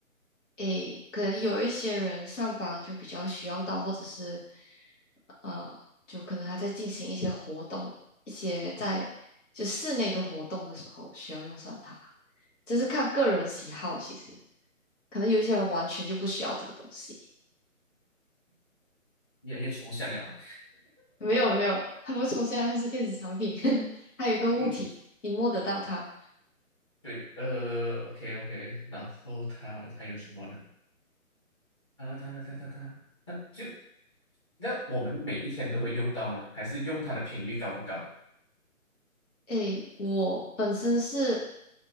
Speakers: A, on the left; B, on the left.
A: 诶，可能有一些人上班就比较需要到，或者是，呃，就可能他在进行一些活动，一些在就室内的活动的时候需要用上它，这是看个人喜好，其实可能有些人完全就不需要这个东西。
B: 越来越抽象了。
A: 没有没有，它不抽象，它是电子产品，<laughs> 还有一个物体，
B: 嗯，
A: 你摸得到它。
B: 对，呃，OK OK，然后它还有什么呢？它它它它它它，它就那我们每一天都会用到吗？还是用它的频率高不高？
A: 诶，我本身是。